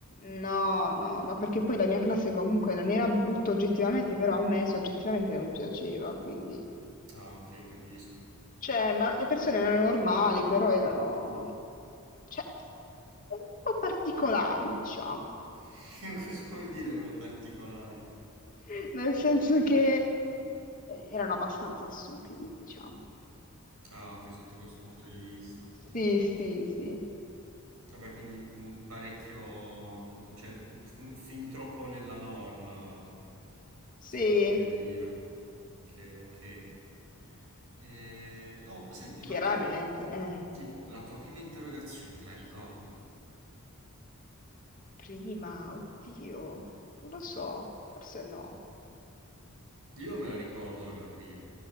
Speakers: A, on the left; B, on the right.
A: No, no, ma perché poi la mia classe comunque non era brutta oggettivamente, però a me soggettivamente non piaceva, quindi...
B: Ah, ok, capisco.
A: Cioè, ma le persone erano normali, però erano... cioè, un po' particolari, diciamo.
B: <laughs> Cosa vuol dire non particolari?
A: <laughs> Nel senso che erano abbastanza stupidi, diciamo.
B: Ah, ok, sotto questo punto di vista.
A: Sì, sì, sì.
B: Vabbè, quindi mm, parecchio, mm, cioè mm, f- mm, fin troppo nella norma, mm,
A: Sì,
B: si potrebbe dire. Ok, ok. Eh, oh, senti, ma
A: chiaramente.
B: tu,
A: Eh.
B: tipo, la tua prima interrogazione te la ricordi?
A: Prima, oddio, non lo so, forse no.
B: Io me la ricordo la mia prima.